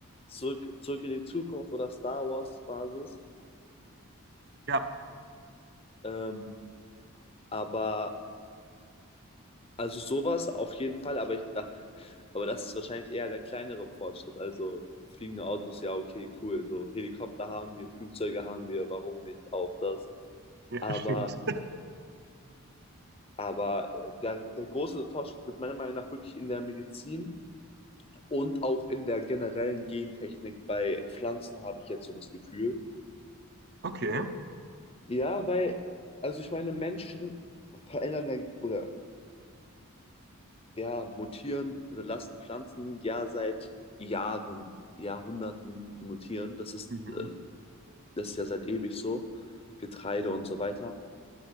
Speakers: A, on the left; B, on the right.
A: zurück, zurück in die Zukunft oder Star Wars Basis.
B: Ja,
A: Ähm, aber Also sowas auf jeden Fall, aber ich da, aber das ist wahrscheinlich eher der kleinere Fortschritt. Also fliegende Autos, ja, okay, cool. So Helikopter haben wir, Flugzeuge haben wir, warum nicht auch das?
B: ja,
A: Aber,
B: stimmt.
A: aber äh, der, der große Fortschritt wird meiner Meinung nach wirklich in der Medizin und auch in der generellen Gentechnik bei Pflanzen, habe ich jetzt so das Gefühl.
B: Okay.
A: Ja, weil, also ich meine, Menschen verändern ja oder ja, mutieren oder lassen Pflanzen ja seit Jahren, Jahrhunderten mutieren. Das ist,
B: Mhm.
A: äh, das ist ja seit ewig so. Getreide und so weiter.